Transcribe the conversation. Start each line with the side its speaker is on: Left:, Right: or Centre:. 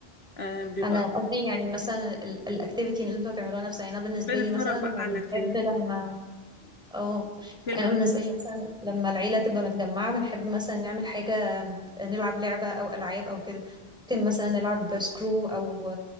Left: آه بيبقى
Centre: انا قصدي يعني مثلا الاكتيفيتي اللي انتوا هتعملوها نفسها يعني انا بالنسبه
Left: بنتفرج
Centre: لي مثلا
Left: بقى على فيلم
Centre: بنحب لما اه
Left: فيلم
Centre: انا
Left: بس
Centre: بالنسبه لي مثلا لما العيله تبقى متجمعه بنحب مثلا نعمل حاجه نلعب لعبه او العاب او كده ممكن مثلا نلعب سكرو او